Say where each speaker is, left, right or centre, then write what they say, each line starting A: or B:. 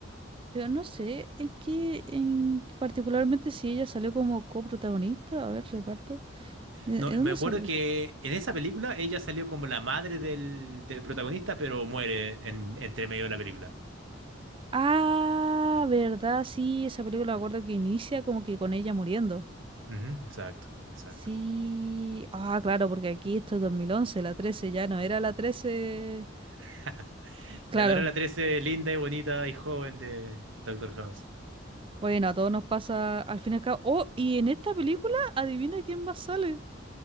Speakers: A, on the right; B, on the right.
A: Pero no sé, en qué, en qué particularmente si ella salió como coprotagonista, a ver, reparto. ¿De,
B: No,
A: de dónde
B: me acuerdo
A: sale?
B: que en esa película ella salió como la madre del, del protagonista, pero muere en, entre medio de la película.
A: Ah, verdad, sí, esa película me acuerdo que inicia como que con ella muriendo.
B: Ujú, exacto, exacto.
A: Sí, ah, claro, porque aquí esto es dos mil once la 13 ya no era la trece
B: <laughs>
A: Claro,
B: Ya no era la 13 linda y bonita y joven de Doctor House.
A: bueno, a todos nos pasa al fin y al cabo. Oh, y en esta película, adivina quién más sale.